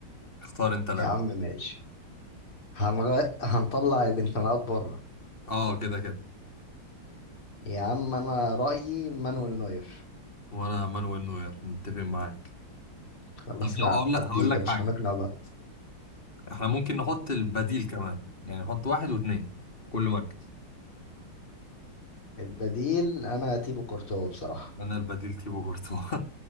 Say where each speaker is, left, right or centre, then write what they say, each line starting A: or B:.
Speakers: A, on the left; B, on the left.
A: اختار انت الاول
B: يا عم ماشي هنغ... هنطلع الانتماءات بره
A: اه كده كده
B: يا عم انا رأيي مانويل نوير
A: وانا مانويل نوير متفق معاك
B: خلاص
A: طب
B: نعديه
A: لو اقول لك هقول
B: ده
A: لك
B: مش
A: حاجه
B: هنقنع بعض
A: احنا ممكن نحط البديل كمان يعني نحط واحد واثنين كل مركز
B: البديل انا تيبو كورتوا بصراحة
A: انا البديل تيبو كورتوا